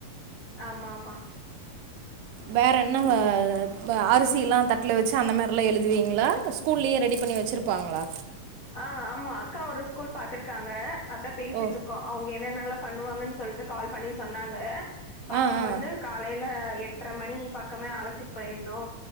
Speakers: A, on the left (about 80°); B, on the right (about 85°).
A: ஆமா ஆமா
B: வேற என்னக ஆ அரிசில்லா தட்டுல வச்சு அந்த மாரில்லா எழுதுவீங்களா ஸ்கூல்லயே ரெடி பண் ன்னே வச்சிருப்பாங்களா
A: ஆ ஆமா அக்கா ஒரு ஸ்கூல் பாத்ருக்காங்க அதா பேசிட்டுருக்கோம்
B: ஓ
A: அவுங் என்னன்னால்லா பண்ணுவாங்கன்னு சொல்ட்டு கால் பண்ணி சொன்னாங்க பாப்பா
B: ஆ ஆ
A: வந்து காலைல அ எட்ர மணி பக்கமே அழைச்சிட்டு போயிணு